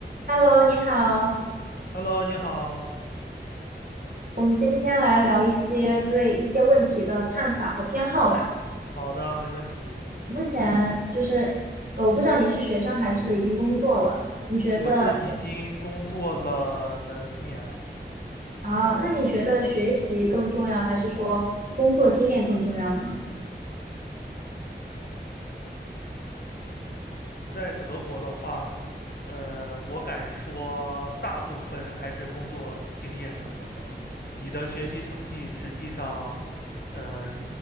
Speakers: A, on the right; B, on the left.
A: Hello，你好，
B: Hello，你好。
A: 我们今天来聊一些对一些问题的看法和偏好吧。
B: 好的，没问题。
A: 目前就是，呃，我不知道你是学生还是已经工作了，你觉得
B: 我是已经工作了年，
A: 啊，那你觉得学习更重要，还是说工作经验更重要呢？
B: 在德国的话，呃，我敢说大部分还是工作经验更重要。你的学习成绩实际上，呃，